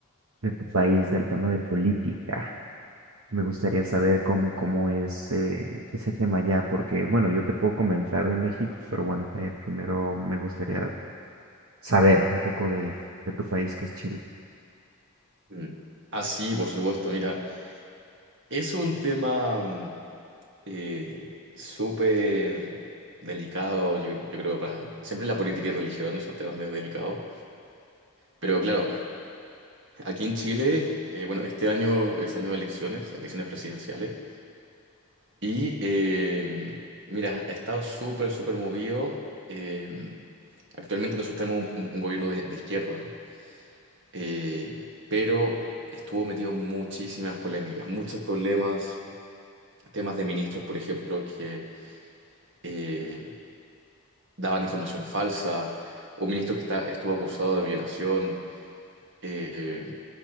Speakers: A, on the right (about 70°); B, on the right (about 55°).
A: de tu país, del tema de política. Me gustaría saber cómo, cómo es eh, ese tema allá, porque bueno, yo te puedo comentar de México, pero bueno, eh, primero me gustaría saber un poco de, de tu país que es Chile.
B: Mm. Ah, sí, por supuesto, mira, es un tema mm, eh, súper delicado, yo, yo creo, para... Siempre la política y religión son temas medio delicados, pero claro, aquí en Chile, eh, bueno, este año es año de elecciones, elecciones presidenciales, y eh, mira, ha estado súper, súper movido. eh, actualmente nosotros tenemos un, un gobierno de de izquierda. eh, pero estuvo metido en muchísimas polémicas, muchos problemas, temas de ministros, por ejemplo, que eh, daban información falsa, un ministro que está, estuvo acusado de violación, eh,